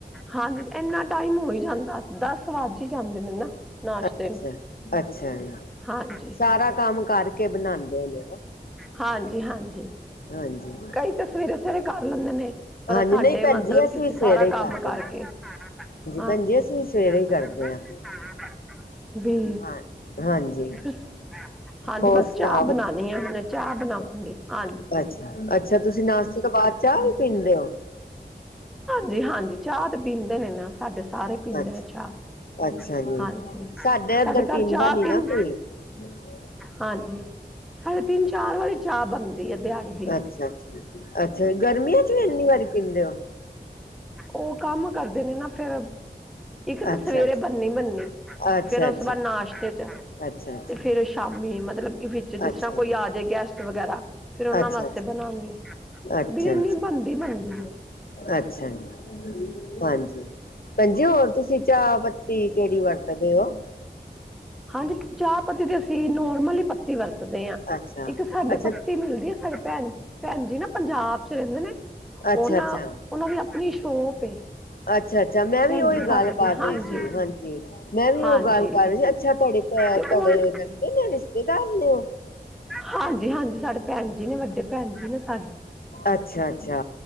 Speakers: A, in the centre; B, on the left.
A: ਹਾਂਜੀ ਏਨਾ ਟਾਈਮ ਹੋ ਹੀ ਜਾਂ ਦਸ ਵੱਜ ਈਜਾਂਦੇ ਨੇ ਨਾ। ਨਾਸ਼ਤੇ
B: ਅੱਛਾ
A: ਨੂੰ
B: ਜ-ਅੱਛਾ ਜ
A: ਹਾਂਜੀ
B: ਸਾਰਾ ਕੰਮ ਕਰਕੇ ਬਣਾਉਂਦੇ ਹੋਦੇ?
A: ਹਾਂਜੀ-ਹਾਂਜੀ।
B: ਹਾਂਜੀ।
A: ਕਈ ਤਾਂ ਸਵੇਰੇ-ਸਵੇਰੇ ਕਰ ਲੈਂਦੇ ਨੇ ਪਰ
B: ਹਾਂਜੀ
A: ਸਾਡੇ
B: ਨਹੀਂ ਭੈਣ
A: ਮਤਲਬ
B: ਜੀ
A: ਕੀ ਅਸੀਂ
B: ਸਵੇਰੇ
A: ਸਾਰਾ
B: ਹੀ
A: ਕੰਮ
B: ਕਰ
A: ਕਰਕੇ
B: ਲੈਂਦੇ
A: ਹਾਂਜੀ
B: ਭੈਣ ਜੀ ਅਸੀਂ ਵੀ ਸਵੇਰੇ
A: <unintelligible>
B: ਹੀ ਕਰਦੇ ਹਾਂ
A: ਵੀ,
B: ਹਾਂ ਹਾਂਜੀ
A: <unintelligible> ਹਾਂਜੀ
B: ਹੋਰ
A: ਬਸ
B: ਸੁਣਾਓ
A: ਚਾਅ ਬਣਾਣੀ
B: ਭੈਣ
A: ਐ ਹੁਣੇ। ਚਾਅ ਬਣਾਵਗੀ ਆਂਜ
B: ਅੱਛਾ-ਅੱਛਾ ਤੁਸੀਂ ਨਾਸ਼ਤੇ ਤੋਂ ਬਾਦ ਚਾਅ ਵੀ ਪੀਂਦੇ ਓ?
A: ਜੀ ਹਾਂਜੀ ਚਾਅ ਤੇ ਪੀਂਦੇ ਨੇ ਨਾ ਸਾਡੇ ਸਾਰੇ ਪੀਂਦੇ
B: ਅੱਛ-ਅੱਛਾ
A: ਨੇ ਚਾਹ
B: ਜੀ,
A: ਹਾਂਜੀ
B: ਸਾਡਾ ਏਦਰ
A: ਸਾਡੇ ਘਰ
B: ਪੀਦਾ
A: ਚਾਹ
B: ਨੀ
A: ਤਿੰਨ
B: ਨਾ ਕੋਈ। <unintelligible>
A: ਹਾਂਜੀ ਸਾਡੀ ਤੀਂ-ਚਾਰ ਵੀ ਚਾਅ ਬਣਦੀ ਆ ਦਿਹਾੜੀ ਦੀ।
B: ਅੱਛਾ ਅੱਛਾ ਜ ਗਰਮੀਆਂ ਚ ਵੀ ਇੰਨੀ ਵਾਰੀ ਪੀਂਦੇ ਓ?
A: ਓ ਕੰਮ ਕਰਦੇ ਨੇ ਨਾ ਫੇਰ। ਇੱਕ ਤਾਂ
B: ਅੱਛਾ
A: ਸਵੇਰੇ
B: ਅੱਛਾ
A: ਬਨਨੀ -ਬਨਨੀ
B: ਅੱਛਾ
A: ਫੇਰ ਓ
B: ਅੱਛਾ
A: ਸ ਤੋਂ ਬਾਦ ਨਾਸ਼ਤੇ ਚ।
B: ਅੱਛਾ ਅੱਛਾ
A: ਤੇ ਫੇਰ ਸ਼ਾਮੀ ਮਲਬ ਕਿ ਵਿੱਚ ਜਿਸ
B: ਅੱਛਾ ਅੱਛਾ
A: ਤਰਾ ਕੋਈ
B: ਜੀ
A: ਆਜੇ ਗੈਸਟ ਵਗੈਰਾ ਫੇਰ ਉਨਾਂ
B: ਅੱਛਾ
A: ਵਾਸ
B: ਅੱਛਾ
A: ਤੇ ਬਣਾਣੀ
B: ਅੱਛਾ
A: ਵੀ ਈਨੀ ਬਣਦੀ ਬਣਦੀ ਏ।
B: ਅੱਛਾ ਜੀ, ਹਾਂਜੀ। ਭੈਜੀ ਹੋਰ ਤੁਸੀਂ ਚਾਅ ਪੱਤੀ ਕੇੜੀ ਵਰਤਦੇ ਓ?
A: ਹਾਂਜੀ ਚਾਅ ਪੱਤੀ ਤੇ ਅਸੀਂ ਨੋਰਮਲ ਹੀ ਪ ਤੀ ਵਰਤਦੇ ਆ,
B: ਅੱਛਾ
A: ਇੱਕ ਸਾਡੇ
B: ਅੱਛਾ
A: ਪਤੀ ਮਿਲਦੀ ਐ ਸਾਡੇ ਭੈ ਭੈਣ ਜੀ ਨਾ ਪੰਜਾਬ ਚ ਰਹਿੰਦੇ ਨੇ
B: ਅੱਛਾ
A: ਉਹਨਾਂ
B: ਅੱਛਾ
A: ਉਹਨਾਂ ਦੀ ਆਪਣੀ ਸ਼ੋਪ ਏ।
B: ਅੱਛਾ ਅੱਛਾ ਮੈਂ
A: ਭੈਣ
B: ਵੀ ਉਹੀ
A: ਜੀ
B: ਗੱਲ
A: ਸਾਡੇ ਦੀ
B: ਕਰ ਰਹੀ
A: ਹਾਂਜੀ।
B: ਸੀ ਹਾਂਜੀ ਮੈਂ ਵੀ
A: ਹਾਂਜੀ
B: ਉਹ ਗੱਲ ਕਰ ਰਹੀ ਸੀ ਅੱਛਾ ਤੁਹਾਡੇ। ਤੁਹਾੜੇ
A: ਤੇ ਹੁਣ
B: ਲੱਗਦੇ ਨੇ ਰਿਸ਼ਤੇਦਾਰ ਨੇ ਓ।
A: ਹਾਂਜੀ ਹਾਂਜੀ ਸਾਡੇ ਭੈਣ ਜੀ ਨੇ ਵੱਡੇ ਭੈਣ ਜੀ ਨੇ ਸਾਡੇ।
B: ਅੱਛਾ ਅੱਛਾ